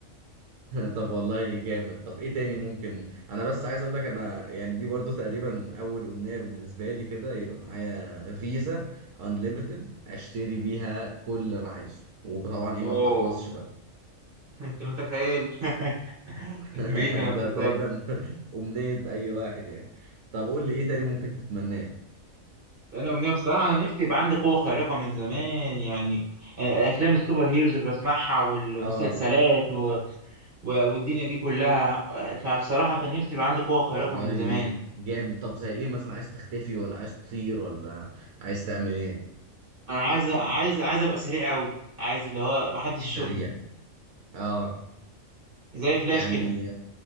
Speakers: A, on the right; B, on the right.
A: <laughs> طب والله جامد طب ايه تاني ممكن انا بس عايز اقول لك انا يعني دي برضو تقريبا اول امنيه بالنسبه لي كده يبقى معايا فيزا انليمتد اشتري بيها كل اللي انا عايزه وطبعا ايه
B: اوه
A: ما بتخلصش بقى
B: انت متخيل <laughs>
A: <laughs>
B: الفيزا ما بتخلص
A: ده تقريبا <laughs> أمنية أي واحد يعني طب قول لي إيه تاني ممكن تتمناه
B: انا امنيه بصراحه انا نفسي يبقى عندي قوه خارقه من زمان يعني افلام السوبر هيروز اللي بسمعها والمسلسلات
A: آه
B: و... و... والدنيا دي كلها فبصراحه كان نفسي يبقى عندي قوه خارقه
A: والله
B: من زمان
A: جامد طب زي إيه مثلا عايز تختفي ولا عايز تطير ولا عايز تعمل إيه
B: انا عايز عايز عايز ابقى سريع قوي عايز اللي هو محدش
A: سريع
B: يشوفني
A: آه
B: زي فلاش
A: يعني
B: كده